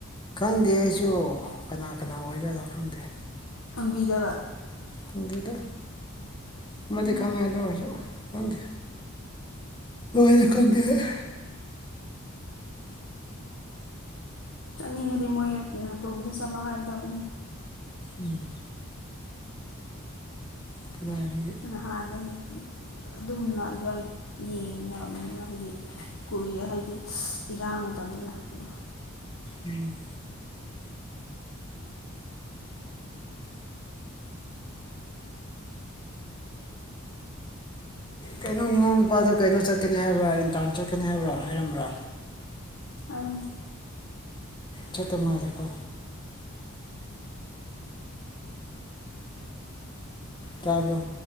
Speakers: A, on the left (about 20°); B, on the left (about 70°).
A: ꯈꯪꯗꯦ ꯑꯩꯁꯨ ꯀꯅꯥ ꯀꯅꯥ ꯑꯣꯏꯖꯥꯠꯅꯣ ꯈꯪꯗꯦ
B: ꯍꯪꯕꯤꯗꯕ
A: ꯐꯪꯗꯦꯗ ꯑꯃꯗꯤ
B: ꯎꯝ
A: ꯈꯪꯉꯦ ꯑꯗꯨ ꯑꯣꯏꯔꯁꯨ ꯈꯪꯗꯦ ꯂꯣꯏꯅ ꯈꯪꯗꯦ ꯑꯩ
B: ꯆꯠꯅꯤꯡꯉꯗꯤ ꯃꯣꯏ ꯑ ꯅꯇꯣꯝꯇ ꯆꯠꯂꯣ ꯍꯥꯏꯗꯎꯕꯅꯤ
A: ꯎꯝ <unintelligible>
B: ꯅꯍꯥꯟꯗꯒꯤ ꯑꯗꯨꯝ <unintelligible> ꯌꯦꯡꯉꯕꯅꯤꯅ ꯍꯥꯏꯗꯤ ꯀꯨꯏꯔꯦ ꯍꯥꯏꯗꯤ ꯏꯔꯥꯡ ꯃꯇꯝꯗ ꯂꯥꯛꯄꯗꯣ
A: ꯎꯝ ꯀꯩꯅꯣ ꯅꯅꯥꯎ ꯅꯨꯄꯥꯗꯣ ꯀꯩꯅꯣ ꯆꯠꯀꯅꯤ ꯍꯥꯏꯕ꯭ꯔꯥ ꯏꯟꯇꯔꯟ ꯆꯠꯀꯅꯤ ꯍꯥꯏꯕ꯭ꯔꯥ ꯍꯥꯏꯔꯝꯕ꯭ꯔꯥ
B: ꯍꯥꯏꯔꯝꯗꯦ
A: ꯆꯠꯇ ꯃꯥꯜꯂꯦꯀꯣ ꯇꯥꯕ꯭ꯔꯣ